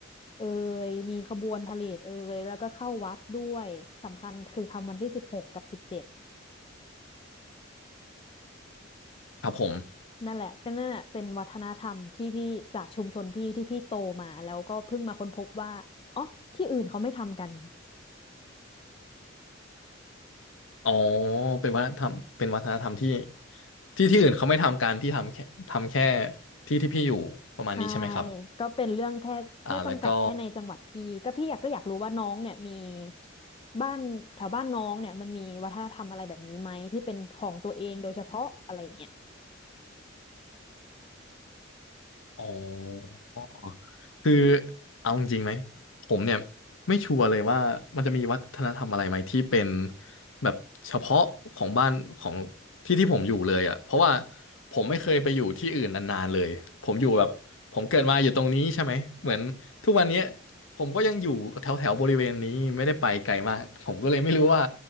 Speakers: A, on the left; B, on the left.
A: เอยมีขบวนพาเหรดเอยแล้วก็เข้าวัดด้วยสำคัญคือทำวันที่สิบหกกับสิบเจ็ด
B: ครับผม
A: นั่นแหละก็นั่นแหละเป็นวัฒนธรรมที่พี่จากชุมชนพี่ที่พี่โตมาแล้วก็เพิ่งมาค้นพบว่าอ๋อที่อื่นเขาไม่ทำกัน
B: อ๋อ เป็นวัฒนธรรมเป็นวัฒนธรรมที่ ที่ที่อื่นเขาไม่ทำการที่ทำแค่ทำแค่ที่ที่พี่อยู่ ประมาณนี้ใช่ไหมครับ
A: ใช่ก็เป็นเรื่องแค่แค่จำกัดแค่ในจังหวัดพี่ก็พี่อยากก็อยากรู้ว่าน้องเนี่ยมี
B: อ่า แล้วก็
A: บ้านแถวบ้านน้องเนี่ยมันมีวัฒนธรรมอะไรแบบนี้ไหมที่เป็นของตัวเองโดยเฉพาะอะไรอย่างเงี้ย
B: อ๋อ คือเอาจริงๆไหมผมเนี่ยไม่ชัวร์เลยว่ามันจะมีวัฒนธรรมอะไรไหมที่เป็นแบบเฉพาะของบ้านของที่ที่ผมอยู่เลยอ่ะเพราะว่าผมไม่เคยไปอยู่ที่อื่นนานๆเลยผมอยู่แบบผมเกิดมาอยู่ตรงนี้ใช่ไหมเหมือนทุกวันเนี้ยผมก็ยังอยู่แถวแถวบริเวณนี้ไม่ได้ไปไกลมากผมก็เลยไม่รู้ว่า